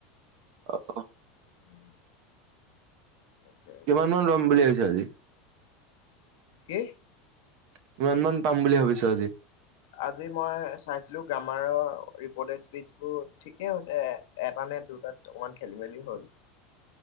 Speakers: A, on the right (about 50°); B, on the left (about 70°).
A: অহ।
B: উম, তাকে এতিয়া
A: কিমান মান ৰম বুলি ভাবিছ আজি?
B: কি?
A: কিমান মান পাম বুলি ভাবিছো আজি
B: আজি মই চাইছিলো গ্ৰামাৰৰ ৰিপট স্পিচ বোৰ ঠিকেই হৈছে এটা মানে দুটাত অকমান খেলি মেলি হ'ল।